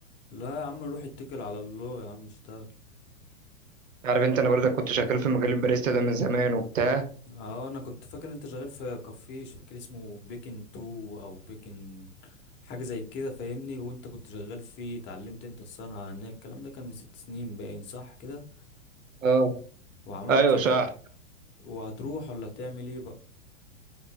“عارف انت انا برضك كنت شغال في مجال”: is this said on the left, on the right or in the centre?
Right